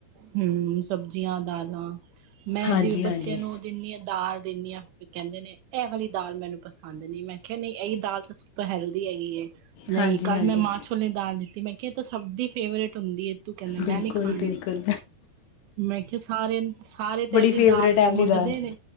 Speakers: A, on the right; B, on the left.
A: ਹੂੰ, ਸਬਜ਼ੀਆਂ, ਦਾਲਾਂ ਮੈਂ
B: ਹਾਂਜੀ
A: ਜਿਵੇਂ ਬੱਚੇ
B: ਹਾਂਜੀ
A: ਨੂੰ ਦਿੰਨੀ ਆਂ ਦਾਲ ਦਿੰਨੀ ਆਂ ਫਿਰ ਕੈਂਦੇ ਨੇ ਐ ਵਾਲੀ ਦਾਲ ਮੈਨੂੰ ਪਸੰਦ ਨੀ। ਮੈਂ ਕਿਆ ਨਈ ਐ ਈ ਦਾਲ ਤਾਂ ਸਭ ਤੋਂ ਹੈਲਦੀ ਹੈਗੀ ਏ। ਨਈ
B: ਹਾਂਜੀ
A: ਕੱਲ
B: ਹਾਂਜੀ
A: ਮੈਂ ਮਾਂ ਛੋ ਕੇ ਮੈਂ ਦਾਲ ਦਿੱਤੀ, ਮੈਂ ਕਿਆ ਏ ਤਾਂ ਸਭ ਦੀ ਫੇਵਰੇਟ ਹੁੰਦੀ ਏ। ਤੂੰ ਕਹਿੰਦਾ
B: ਬਿਲਕੁਲ-ਬਿਲਕੁਲ।
A: ਮੈਂ ਨੀ ਖਾਣੀ। ਮੈਂ ਕਿਆ ਸਾਰੇ ਨ ਸਾਰੇ ਤੇ ਐ ਵਾਲੀ
B: ਫੇਵਰੇਟ
A: ਦਾਲ
B: ਹੈ ਵਾਲੀ
A: ਮੰਗਦੇ
B: ਦਾਲ
A: ਨੇ